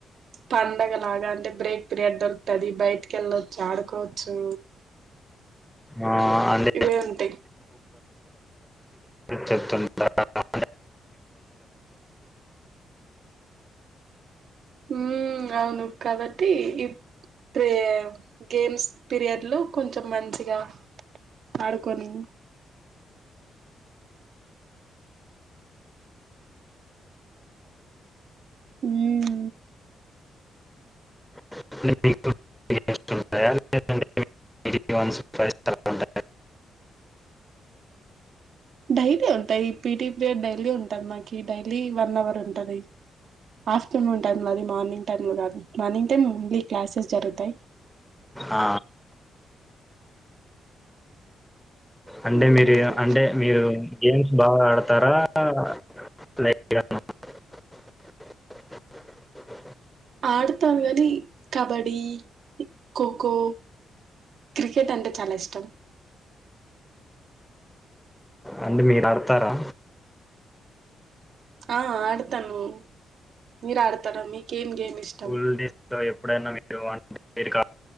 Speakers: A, on the right; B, in the centre.
A: పండగ లాగా అంటే బ్రేక్ పీరియడ్ దొరుకుతది బయటకి వెళ్ళొచ్చు ఆడుకోవచ్చు.
B: ఆ అంటే
A: ఇవే ఉంటాయి.
B: చెప్తుంటా
A: మ్మ్ అవును కాబట్టి ఈ ప్రే గేమ్స్ పీరియడ్ లో కొంచెం మంచిగా ఆడుకొని హ్మ్
B: <inaudible>
A: డైలీ ఉంటాయి పీటీ పీరియడ్ డైలీ ఉంటాది నాకి డైలీ వన్ అవర్ ఉంటాది. ఆఫ్టర్నూన్ టైం లో అది. మార్నింగ్ టైం లో కాదు. మార్నింగ్ టైం ఓన్లీ క్లాసెస్ జరుగుతాయి
B: ఆ, అంటే
A: మ్మ్
B: మీరే అంటే మీరు గేమ్స్ బాగా ఆడతారా. <unintelligible>
A: ఆడతాము కానీ, కబడి, ఖోఖో, క్రికెట్, అంటే చాలా ఇష్టం
B: అంటే మీరు ఆడతారా?
A: ఆ ఆడతాను మీరు ఆడుతారా మీకేం గేమ్ <unintelligible>
B: <unintelligible> ఎప్పుడైనా మీరు <unintelligible>